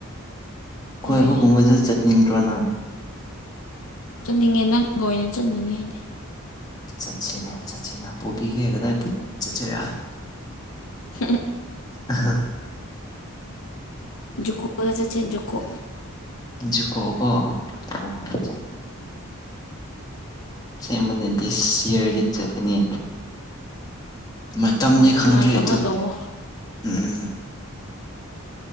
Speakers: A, on the left; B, on the left.
A: ꯀꯣꯏꯕꯒꯨꯝꯕꯁꯨ
B: ꯍꯣꯏ
A: ꯆꯠꯅꯤꯡꯗ꯭ꯔꯣ ꯅꯪ
B: ꯆꯠꯅꯤꯡꯉꯦ ꯅꯪꯒ ꯑꯣꯏꯅ ꯆꯠꯅꯤꯡꯉꯦ ꯑꯩꯅꯦ
A: ꯆꯠꯁꯤꯅꯦ ꯆꯠꯁꯦꯅꯦ ꯄꯨꯣꯕꯤꯒꯦ ꯀꯗꯥꯏꯕꯤ ꯆꯠꯁꯤꯔ
B: ꯎꯝ
A: ꯑ
B: ꯨꯀꯨꯗ ꯆꯦ ꯨꯀ
A: ꯖꯤ ꯀꯣ ꯀꯣ ꯍ ꯍꯣꯏꯦ ꯁꯦꯝꯕꯅ ꯗꯤꯁ ꯌꯔꯖꯤꯠ ꯆꯠꯀꯅꯤ ꯃꯇꯝꯗꯤ
B: ꯍꯣꯏ
A: ꯈꯪꯗ꯭ꯔꯔꯤ
B: ꯄ꯭ꯂꯥꯟ ꯇꯧꯔ
A: ꯑꯗꯨ
B: ꯇꯧꯋꯣ
A: ꯎꯝ